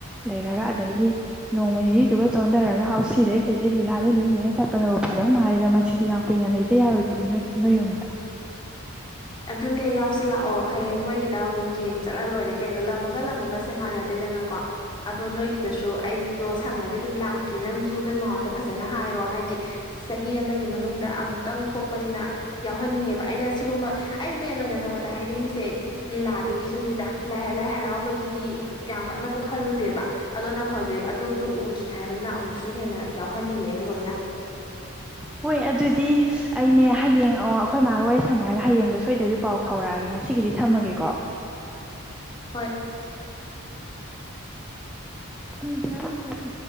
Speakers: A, in the centre; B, on the left.
A: ꯂꯩꯔꯒ ꯑꯗꯩꯗꯤ ꯅꯣꯡꯃ ꯅꯤꯅꯤꯗꯨꯒ ꯆꯣꯟꯊꯔꯒ ꯍꯥꯎꯁꯤꯗꯩ ꯀꯩꯗꯩ ꯂꯤꯂꯥꯗꯂꯣꯏ ꯌꯦꯡꯉꯒ ꯆꯠꯄꯅꯕꯨ ꯐꯥꯗꯧ ꯃꯥꯜꯜꯂꯤꯦꯗ ꯃꯁꯤꯗꯤ ꯌꯥꯝ ꯀꯨꯏꯅ ꯂꯩꯇ ꯌꯥꯔꯣꯏꯗꯣꯏ ꯅ ꯅꯣꯏ ꯌꯨꯝꯗ
B: ꯑꯗꯨꯅꯦ ꯌꯥꯎꯁꯤꯜꯂꯛꯑꯣ ꯍꯌꯦꯡ ꯅꯣꯏꯒꯤꯗ ꯑꯃꯨꯛ ꯌꯦꯡꯉ ꯆꯠꯍ ꯂꯣꯏꯔꯦ ꯀꯩꯅꯣ ꯂꯃꯒ ꯂꯝꯃꯒꯁꯦ ꯃꯥꯟꯅꯗꯦꯗꯅꯀꯣ ꯑꯗꯣ ꯅꯣꯏꯒꯤꯗꯁꯨ ꯑꯩꯗꯣ ꯁꯪꯉꯗꯤ ꯑꯗꯨꯝ ꯂꯥꯛꯀꯦ ꯅꯪꯁꯨꯨ ꯅꯣꯏ ꯃꯃꯥꯏꯗ ꯐꯖꯅ ꯍꯥꯏꯔꯣ ꯍꯥꯏꯗꯤ ꯆꯍꯤ ꯑꯃꯒꯤ ꯃꯅꯨꯡꯗ ꯑꯃꯨꯛꯇꯪ ꯊꯣꯛꯄꯅꯤꯅ ꯌꯥꯎꯍꯟꯅꯤꯡꯉꯦꯕ ꯑꯩꯅ ꯁꯤꯒꯨꯝꯕ ꯑꯩ ꯃꯦꯟ ꯑꯣꯏꯅ ꯅꯉꯣꯟꯗ ꯍꯥꯏꯅꯤꯡꯉꯤꯁꯦ ꯂꯤꯂꯥꯗꯨꯒꯤꯁꯨꯅꯤꯗ ꯂꯥꯏ ꯂꯥꯏ ꯍꯔꯥꯎꯕꯒꯤ ꯗꯤ ꯌꯥꯝ ꯀꯟꯅꯕꯨ ꯈꯜꯂꯨꯗꯦꯕ ꯑꯗꯣ ꯅꯪ ꯍꯧꯖꯤꯛ ꯑꯗꯨꯗꯨ ꯎꯗ꯭ꯔꯤ ꯍꯥꯏꯕꯅꯤꯅ ꯑꯃꯨꯛꯁꯨ ꯍꯦꯟꯅ ꯌꯥꯎꯍ ꯐꯍꯟꯅꯤꯡꯉꯛꯑꯦ ꯂꯣꯏꯅ
A: ꯍꯣꯏ ꯑꯗꯨꯗꯤ ꯑꯩꯅꯦ ꯑꯣ ꯑꯩꯈꯣꯏ ꯃꯥꯒ ꯋꯥꯔꯤ ꯁꯥꯟꯅꯔꯒ ꯍꯌꯦꯡꯗꯣ ꯁꯣꯏꯗꯕꯤ ꯄꯥꯎ ꯐꯥꯎꯔꯛꯑꯒꯦ ꯉꯁꯤꯒꯤꯗꯤ ꯊꯝꯃꯒꯦꯀꯣ
B: ꯍꯣꯏ
A: ꯃꯤꯇꯔꯥ ꯊꯅ